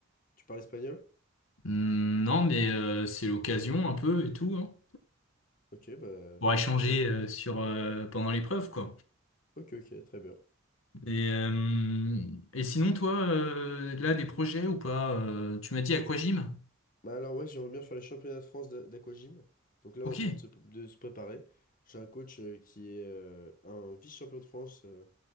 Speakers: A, on the left (about 40°); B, on the left (about 70°).
A: Tu parles espagnol?
B: Hmm, Non, mais euh, c'est l'occasion un peu et tout, hein,
A: OK, bah
B: pour échanger
A: super cool.
B: euh, sur euh, pendant l'épreuve, quoi.
A: OK, OK, très bien.
B: Et, euh, et sinon, toi, euh, là, des projets ou pas? euh, tu m'as dit aquagym?
A: Bah alors ouais, j'aimerais bien faire les championnats de France d'a- d'aquagym. Donc là,
B: Ok.
A: on est en train de se, de se préparer. J'ai un coach euh, qui est euh, un vice-champion de France. euh,